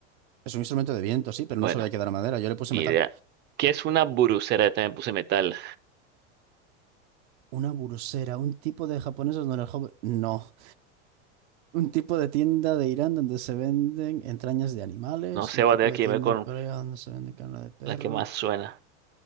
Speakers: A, on the right; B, on the right.
A: Es un instrumento de viento, sí, pero
B: Bueno,
A: no sabía que era madera. Yo le puse
B: ni
A: metal.
B: idea. ¿Qué es una burucera? También puse metal.
A: Una burusera, un tipo de japonesas donde el joven... No. Un tipo de tienda de Irán donde se venden entrañas de animales,
B: No sé,
A: un
B: voy
A: tipo
B: a tener
A: de
B: que
A: tienda
B: irme con
A: en Corea donde se vende carne de perro.
B: la que más suena.